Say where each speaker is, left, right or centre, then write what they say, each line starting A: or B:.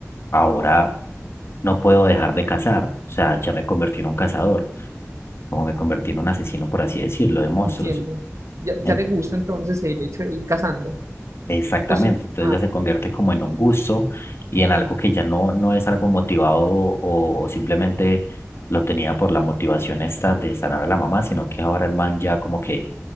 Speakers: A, on the left; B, on the right.
A: ahora no puedo dejar de cazar. O sea, ya me convertí en un cazador, como me convertí en un asesino, por así decirlo, de monstruos.
B: Entiendo. Ya,
A: En-
B: ya le gusta entonces el hecho de ir cazando.
A: Exactamente,
B: O si
A: entonces
B: ah,
A: ya se convierte como en un gusto y en algo que ya no, no es algo motivado o simplemente lo tenía por la motivación esta de sanar a la mamá, sino que ahora el man ya como que